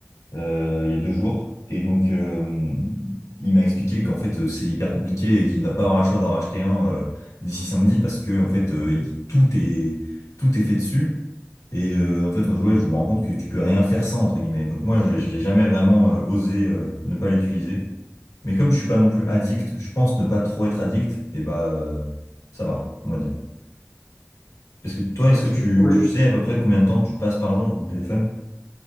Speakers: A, on the left (about 85°); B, on the left (about 55°).
A: euh, il y a deux jours. Et donc, euh, il m'a expliqué qu'en fait, euh, c'est hyper compliqué et qu'il va pas avoir le choix d'en racheter un euh, d'ici samedi parce que en fait, euh, il- tout est tout est fait dessus. Et euh, en fait, ouais, je me rends compte que tu peux rien faire sans entre guillemets. Donc moi, j'ai j'ai jamais vraiment euh, osé euh, ne pas l'utiliser. Mais comme je suis pas non plus addict, je pense ne pas trop être addict. Et bah, euh, ça va, on va dire. Parce que toi, est-ce
B: Parce
A: que tu,
B: que- Oui.
A: tu sais à peu près combien de temps tu passes par jour sur ton téléphone?